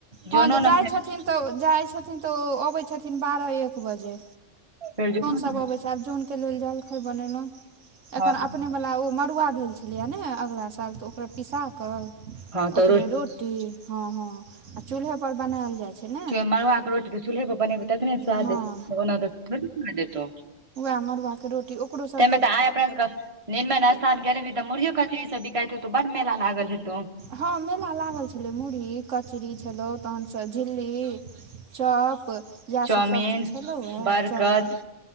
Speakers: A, on the right (about 25°); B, on the right (about 70°).
A: जोनो
B: हँ जे जाइत
A: ने
B: छथिन तओ जाए छथिन‌ तऽ आबै छथिन‌ बारह एक बजे
A: फेर जोनो
B: तब अबै छै आब जन‌ के लेल जलखै बनेलौं अखन
A: हँ
B: अपने बला ओ मड़ुआ भेल छलैय ने अगिला साल तऽ ओकरे पिसा कऽ
A: हँ तऽ
B: ओकरे रोटी हँ हँ आ चूल्हो पर बनाएल जाइ छै ने
A: मड़ुआक रोटी के चूल्हे पर बनेबही तखने स्वाद
B: हँ
A: देतौ ओना तऽ थोड़ही <unintelligible> स्वाद देतौ।
B: आ मरुआ के रोटी ओकरो सब
A: तऽ आइ अपना सब कऽ निर्मल स्थान गेल हेबही तऽ मुुरियो कचरी सब बिकाइत हेतौ बड़ मेला लागल हेतौ
B: हँ मेला लागल छेलै मुरही कचरी छेलै तहनसँ झिल्ली चॉप इएहसभ
A: चाउमिन
B: सभचीज छलहुँ हे
A: बरकत
B: चॉमिन